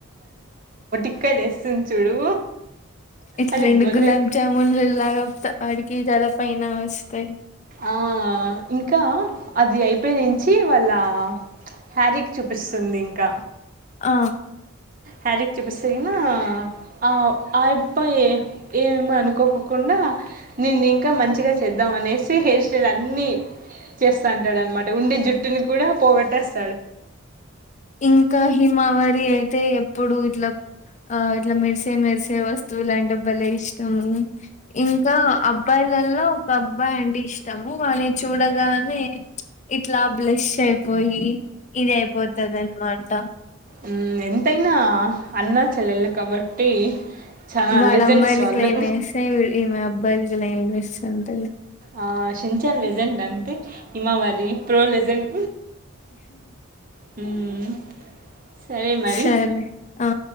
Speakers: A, on the right; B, on the left.
A: మొటిక్క యాలు వేస్తుంది చూడు
B: ఇట్
A: అది
B: రెండు
A: భలే
B: గులాబ్ జాముూన్లులాగా వాడికి చాలా పైనా వస్తాయ్
A: ఆ ఇంకా అది అయిపోయి చే వాళ్ళ హ్యారీక్ చూపిస్తుంది క్క
B: ఆ
A: హ్యారిక్ చూపిస్తగిన ఆ ఆ అబ్బాయి ఏమేమో అనుకోకుండా నేను ఇంకా ఇకా మంచిగా చేద్దాం అనేసి హెయిర్ స్టైల్ అన్ని చేస్తాడనమ్మాట ఉండి జుట్టుని కూడా పోగొట్టేస్
B: ఇంకా హిమావారి అయితే ఇప్పుడు ఇట్లా, ఆ ఇట్లా మెరిసే మెరిసే వస్తువులంటే భలే ఇష్టము ఇంకా అబ్బాయిలలో కా అబ్బాయండి ఇష్టము వాని చూడగానే ఇట్లా బ్లెష్ అయిపోయి ఇది అయిపోతదనమాట
A: ఊ ఎంతైనా అన్న చెల్లెలు కాబట్టి చాలా
B: వాడ
A: లెజెండ్స్
B: అమ్మాయిలకి
A: వాళ్ళు
B: లైన్ వేసి ఈమె అబ్బాయిలకి లైన్ ఏస్ అంతెలే
A: ఆ చించాన్ లెజెండ్ అంతే ఇమవరి ప్రో లెజెండ్ హమ్ సరే మరి
B: సరే ఆ